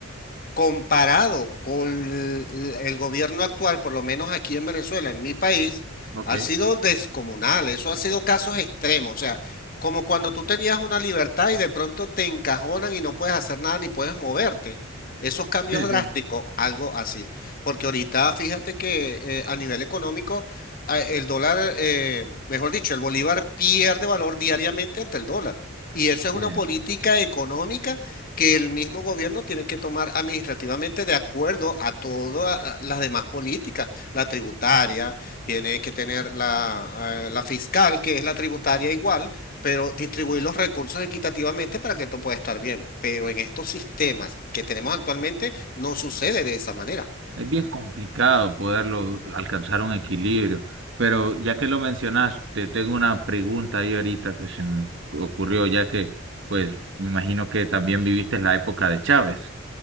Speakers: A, on the left; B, on the right.
A: comparado con el gobierno actual, por lo menos aquí en Venezuela, en mi país,
B: Ok,
A: ha sido descomunal. Eso ha sido casos extremos. O sea, como cuando tú tenías una libertad y de pronto te encajonan y no puedes hacer nada ni puedes moverte. Esos cambios
B: sí, sí.
A: drásticos, algo así. Porque ahorita fíjate que eh, a nivel económico, a- el dólar, eh, mejor dicho, el bolívar pierde valor diariamente ante el dólar. Y eso es
B: sí.
A: una política económica que el mismo gobierno tiene que tomar administrativamente de acuerdo a todas las demás políticas, la tributaria, tiene que tener la, eh, la fiscal, que es la tributaria igual, pero distribuir los recursos equitativamente para que esto pueda estar bien. Pero en estos sistemas que tenemos actualmente no sucede de esa manera.
B: Es bien complicado poderlo alcanzar un equilibrio, pero ya que lo mencionas, te tengo una pregunta ahí ahorita que se me ocurrió, ya que pues me imagino que también viviste la época de Chávez